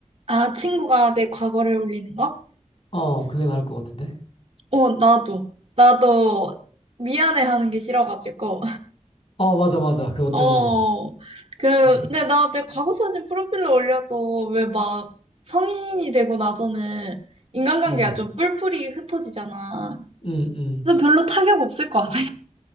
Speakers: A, on the right (about 55°); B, on the left (about 50°).
A: 아, 친구가 내 과거를 울리는 거?
B: 어, 그게 나을 것 같은데.
A: 어, 나도. 나도
B: 어,
A: 미안해하는 게 싫어가지고. <laughs>
B: 어, 맞아, 맞아. 그것
A: 어,
B: 때문에.
A: 그,
B: 어,
A: 근데 나 내 과거 사진 프로필로 올려도 왜 막 성인이 되고 나서는 인간관계가
B: 음,
A: 좀 뿔뿔이 흩어지잖아.
B: 음, 음,
A: 그래서 별로 타격 없을 것 같아.